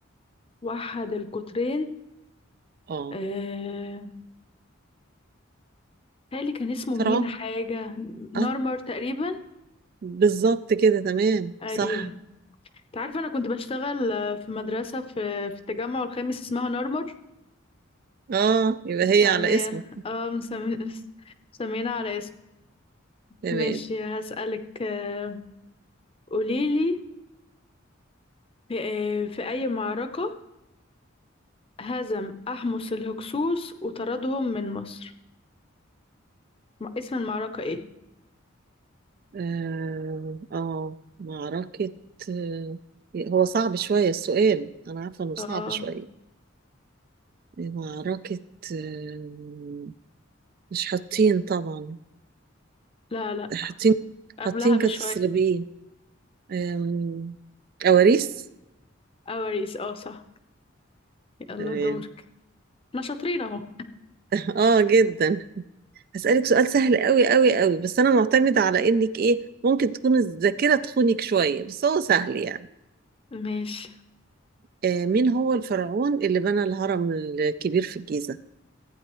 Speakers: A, on the left (about 25°); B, on the right (about 45°).
A: وحد القطرين
B: اه
A: آه... هالي كان اسمه
B: فرعون
A: مينا حاجة نارمر
B: اه
A: تقريبا
B: بالظبط كده تمام
A: أيوه
B: صح
A: انت عارفة أنا كنت بشتغل آه، في مدرسة في في التجمع الخامس اسمها نارمر
B: اه يبقى
A: مسمية
B: هي على اسمه
A: اه مسمي... مسمينا على اسم
B: <laughs> تمام
A: ماشي هسألك آه، قوليلي في آه، في أي معركة هزم أحمس الهكسوس وطردهم من مصر م- اسم المعركة إيه؟
B: اه آه، معركة آه، هو صعب شوية السؤال أنا عارفة إنه صعب
A: آه
B: شوية معركة آه، مش حاطين طبعا
A: لا لا
B: حاطين
A: قبلها
B: حاطين
A: بشوية
B: كانت الصليبيين آم، كواريس
A: أواريس آه صح يلا
B: تمام
A: دورك احنا شاطرين أهو
B: <laughs> اه جدا هسألك سؤال سهل قوي قوي قوي بس أنا معتمدة على إنك إيه ممكن تكون الذاكرة تخونك شوية بس هو سهل يعني
A: ماشي
B: آه مين هو الفرعون اللي بنى الهرم الكبير في الجيزة؟